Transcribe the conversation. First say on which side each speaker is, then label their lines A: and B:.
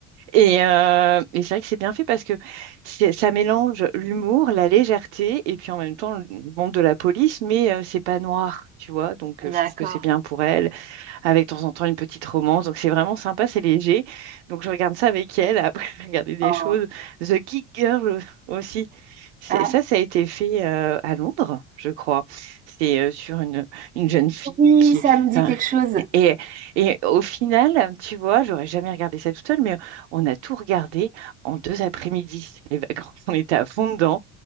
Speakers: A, on the right (about 85°); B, on the right (about 25°).
A: Et, euh, et c'est vrai que c'est bien fait parce que c'est- ça mélange l'humour, la légèreté et puis en même temps le monde de la police, mais euh, c'est pas noir, tu vois. Donc euh, je
B: d'accord.
A: trouve que c'est bien pour elle. avec de temps en temps une petite romance. Donc c'est vraiment sympa, c'est léger. Donc je regarde ça avec elle. Après, <laughs> je vais regarder des
B: Oh,
A: choses. The Geek Girl aussi. C'est-
B: ah,
A: Ça, ça a été fait euh, à Londres, je crois. C'est euh, sur une, une jeune fille
B: oui,
A: qui,
B: ça
A: est,
B: me dit
A: enfin,
B: quelque chose.
A: et, et au final, tu vois, j'aurais jamais regardé ça toute seule, mais on a tout regardé en deux après-midi. <laughs> C'était Les vacances, <laughs> on était à fond dedans.